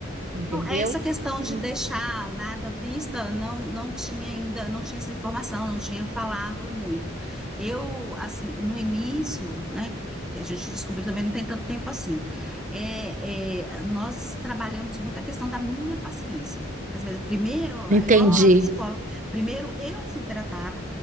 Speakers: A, on the right; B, in the centre.
A: entendeu?
B: Então, Essa questão
A: Hum,
B: de deixar nada à vista, não, não tinha ainda, não tinha essa informação, não tinha falado muito. Eu, assim, no início, né, que que a gente descobriu também, não tem tanto tempo assim, é, é, nós trabalhamos muito a questão da minha paciência. Quer dizer, primeiro,
A: Entendi.
B: é igual a psicóloga, primeiro eu fui tratada,